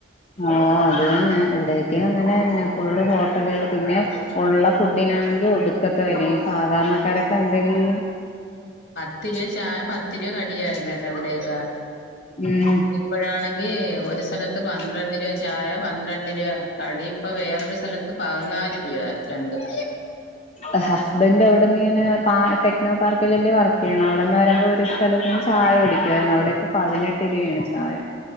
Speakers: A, on the left; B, on the left.
A: ഓ അഅതുതന്നെ ഇവിടെയൊക്കെ അങ്ങനെന്നെ ഫുള്ള് ഹോട്ടലുകൾ പിന്നെ ഒള്ള
B: ഉം
A: ഫുഡിനാണെങ്കി ഒടുക്കത്തെ വെലെയും ഈ സാധാരണക്കാരൊക്കെ എന്തര് ചെയ്യും.
B: പത്തുരുപ ചായ പത്തുരുപ കടിയായിരുന്നു കേട്ടോ ഇവിടെയൊക്കെ
A: ഉം
B: ഇപ്പഴാണെങ്കി ഒരു സ്ഥലത്ത് പന്ത്രണ്ട് രൂപ ചായ പന്ത്രണ്ട് രൂപ കടി ഇപ്പ വേ റൊരു സ്ഥലത്ത് പതിനാല് രൂപായി രണ്ടും.
A: ആ അവിടെന്ന് ഇങ്ങനെ പാ ടെക്നോ പാർക്കിലല്ലേ വർക്ക് ചെയ്യണെ അവിടെന്ന് വരുമ്പോൾ ഒരു സ്ഥലത്ത്ന്ന് ചായ കുടിക്കുവായിരുന്നു അവിടെ ഇപ്പം പതിനെട്ട് രൂപയാണ് ചായ